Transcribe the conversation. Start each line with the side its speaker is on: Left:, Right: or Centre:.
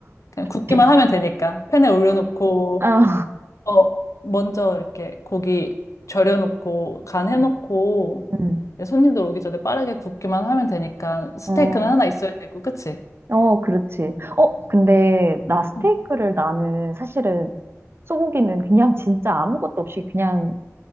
Left: 그냥 굽기만
Right: 그렇지.
Left: 하면 되니까. 팬에 올려놓고,
Right: 어,
Left: 어, 먼저 이렇게 고기 절여놓고 간
Right: 어,
Left: 해놓고
Right: 음,
Left: 이제 손님들 오기 전에 빠르게 굽기만 하면 되니까 스테이크는
Right: 어.
Left: 하나 있어야 되고, 그치?
Right: 어, 그렇지. 어, 근데 나 스테이크를
Left: 어,
Right: 나는 사실은 소고기는 그냥 진짜 아무것도 없이 그냥